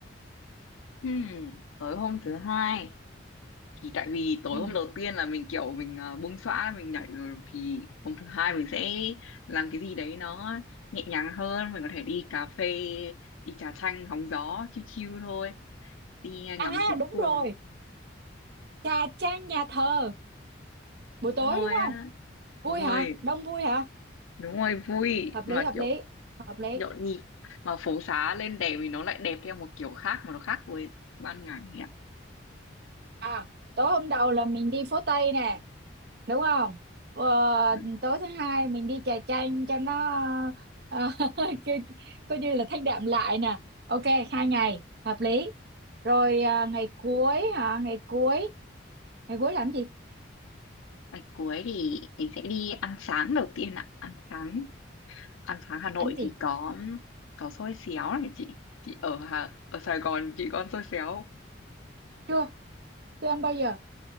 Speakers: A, on the left (about 85°); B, on the right (about 55°).
A: Ừm, tối hôm thứ hai thì tại vì tối
B: ừ.
A: hôm đầu tiên là mình kiểu mình à, bung xõa mình nhảy rồi thì hôm thứ hai mình sẽ làm cái gì đấy nó nhẹ nhàng hơn mình có thể đi cà phê đi trà chanh hóng gió chill chill thôi đi à,
B: à
A: ngắm phố
B: đúng
A: phường
B: rồi trà trang nhà thờ buổi
A: đúng
B: tối
A: rồi
B: đúng
A: á
B: không vui
A: đúng rồi
B: hả đông vui hả
A: đúng rồi vui
B: hợp
A: mà
B: lý hợp
A: kiểu
B: lý hợp lý
A: nhộn nhịp mà phố xá lên đèn thì nó lại đẹp theo một kiểu khác mà nó khác với ban ngày ấy ạ
B: à tối hôm đầu là mình đi phố Tây nè đúng không Ờ,
A: Ừ.
B: tối thứ hai mình đi trà chanh cho nó ờ, <laughs> coi coi như là thanh đạm lại nè ok hai ngày hợp lý rồi à, ngày cuối hả ngày cuối ngày cuối làm gì
A: ngày cuối thì mình sẽ đi ăn sáng đầu tiên ạ ăn sáng ăn sáng Hà Nội
B: ăn gì
A: thì có có xôi xéo này chị chị ở Hà, ở Sài Gòn chị có ăn xôi xéo không?
B: chưa chưa ăn bao giờ